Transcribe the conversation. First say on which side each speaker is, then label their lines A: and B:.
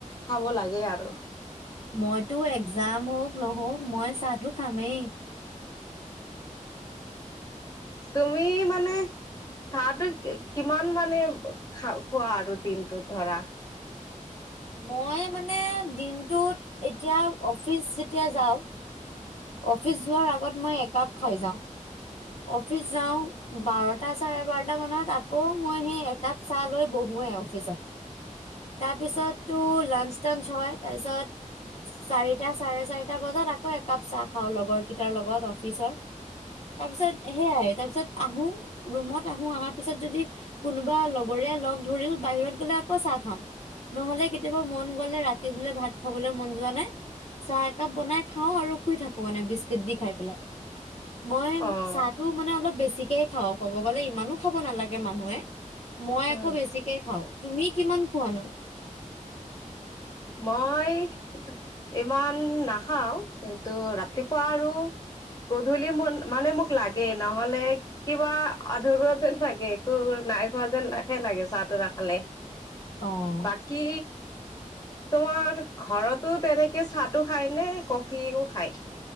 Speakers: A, on the left (about 30°); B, on the left (about 55°).
A: খাব লাগে আৰু
B: মইতো এক্জাম হওক নহওক মই চাহটো খামেই
A: তুমি মানে চাহটো কিমান মানে খা খোৱা আৰু দিনটোত ধৰা
B: মই মানে দিনটোত এতিয়া অফিচ যেতিয়া যাওঁ অফিচ যোৱাৰ আগত মই একাপ খাই যাওঁ অফিচ যাওঁ বাৰটা চাৰে বাৰটা মানত আকৌ মই সেই একাপ চাহ লৈ বহোোৱেই অফিচত তাৰপিছতো লাঞ্চ টাঞ্চ হয় তাৰপিছত চাৰিটা চাৰে চাৰিটা বজাত আকৌ একাপ চাহ খাওঁ লগৰ কেইটাৰ লগত অফিচৰ তাৰ পি আহত আহো আহাৰ পিছত যদি কোনোবা লগৰীয়া লগ ধৰিল বাহিৰত গলে আকৌ চাহ খ নহলে কেতিয়াবা মন গলে ৰাতি ব ভ খলৈ মন য চাহ একাপ বনাই খও আৰু শু থাক মানে বিস্ দি খাই পেলাই
A: অ',
B: চাহটো মানে অলপ বেছি বতিকে খাওঁ ক'ব গ'লে ইমানো খাব নালাগে মানুহে মই আকৌ
A: উম
B: বেছিকে খাওঁ তুমি কিমান খুৱনো
A: মই ইমান নাখাও কিন্তু ৰাতিপুৱা আৰু গধূলি ম মানে মোক লাগেই নহলে কিবা আধৰুৱা যেন লাগে একো নাই খোৱা যেন হে লাগে চাহটো নাখালে
B: অ
A: বাকি তোমাৰ ঘৰতো তেনেকে চাহো খায় নে কফিও খায়